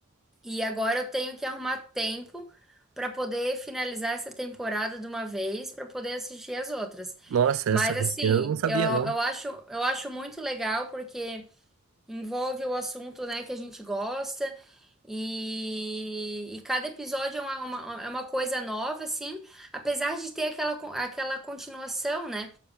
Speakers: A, in the centre; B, on the right.
A: E agora eu tenho que arrumar tempo para poder finalizar essa temporada de uma vez para poder assistir as outras.
B: Nossa,
A: Mas
B: essa,
A: assim,
B: esse ano eu não sabia,
A: eu, eu
B: não.
A: acho, eu acho muito legal porque envolve o assunto, né, que a gente gosta. E, e cada episódio é uma, uma- é uma coisa nova, assim, apesar de ter aquela, con- aquela continuação, né,